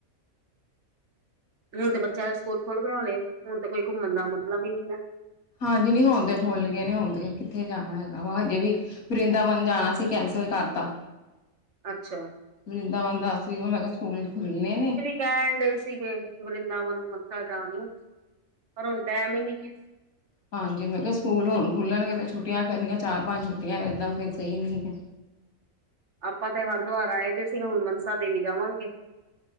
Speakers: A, on the right; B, on the left.
A: ਹੁਣ ਤੇ ਬੱਚਿਆਂ ਦੇ ਸਕੂਲ ਖੁੱਲ ਗਏ ਹੁਣੇ ਹੁਣ ਤੇ ਕੋਈ ਘੁੰਮਣ ਦਾ ਮਤਲਬ ਹੀ ਨੀ ਹੈ।
B: ਹਾਂਜੀ ਹੂਣ ਤੇ ਖੋਲ ਗਏ ਨੇ ਹੁਣਤੇ ਕਿੱਥੇ ਜਾਣਾ ਹੈਗਾ ਵਾ ਹਜੇ ਵੀ ਵਰਿੰਦਾਵਨ ਜਾਣਾ ਸੀ ਕੈਂਸਲ ਕਰਤਾ।
A: ਅੱਛਾ
B: ਵਰਿਦਾਵਨ ਦੱਸ ਵੀ ਮੈਂ ਕਿਹਾ ਸਕੂਲ ਖੁੱਲਣੇ ਨੇ
A: ਟਾਈਮ ਸੀਗੇ ਵਰਿੰਦਾਵਨ ਮਥੁਰਾ ਜਾਣ ਨੂੰ ਪਰ ਹੁਣ ਟੈਮ ਹੀ ਨੀ ਹੈ।
B: ਹਾਂਜੀ ਮੈਂ ਕਿਹਾ ਸਕੂਲ ਹੁਣ ਖੁੱਲ੍ਹਣਗੇ ਤਾਂ ਛੁੱਟੀਆਂ ਕਰਨੀਆਂ ਚਾਰ ਪੰਜ ਛੁੱਟੀਆਂ ਇੱਦਾਂ
A: ਹਮ
B: ਫਿਰ ਸਹੀ ਨਹੀਂ ਹੈ।
A: ਆਪਾਂ ਤੇ ਹਰਿਦੁਆਰ ਆਏ ਦੇ ਸੀ ਹੁਣ ਮਨਸਾ ਦੇਵੀ ਜਾਵਾਂਗੇ।